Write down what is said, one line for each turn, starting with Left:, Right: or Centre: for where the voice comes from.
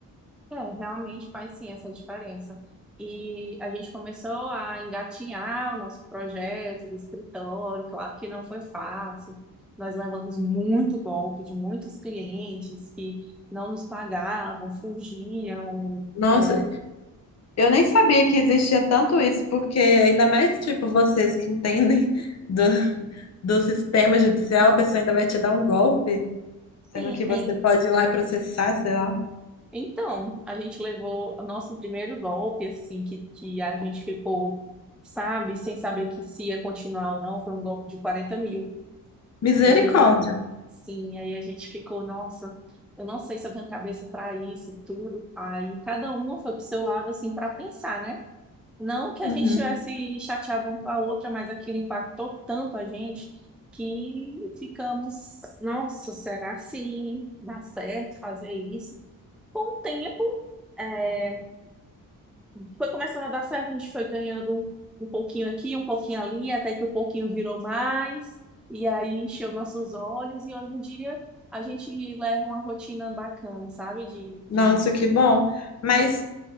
Centre: É, realmente faz sim essa diferença. E a gente começou a engatinhar o nosso projeto do escritório, claro que não foi fácil. Nós levamos muito golpe de muitos clientes que não nos pagavam, fugiam.
Left: Nossa,
Centre: é,
Left: Eu nem sabia que existia tanto isso, porque ainda mais, tipo, vocês que entendem do, do sistema judicial, a pessoa ainda vai te dar um golpe, sendo
Centre: Sim,
Left: que
Centre: tem
Left: você pode ir lá e processar, sei lá.
Centre: Então, a gente levou o nosso primeiro golpe, assim, que, que a gente ficou, sabe, sem saber que se ia continuar ou não, foi um golpe de 40 mil.
Left: Misericórdia.
Centre: E, sim, aí a gente ficou, nossa, eu não sei se eu tenho cabeça para isso, tudo. Aí cada uma foi pro seu lado, assim, para pensar, né? Não que a
Left: Uhum.
Centre: gente tivesse chateado um com a outra, mas aquilo impactou tanto a gente que ficamos, nossa, será que dá certo fazer isso? Com o tempo, é, foi começando a dar certo, a gente foi ganhando um, um pouquinho aqui, um pouquinho ali, até que o pouquinho virou mais, e aí encheu nossos olhos, e hoje em dia a gente leva uma rotina bacana, sabe? De,
Left: Nossa,
Centre: de
Left: que bom. Mas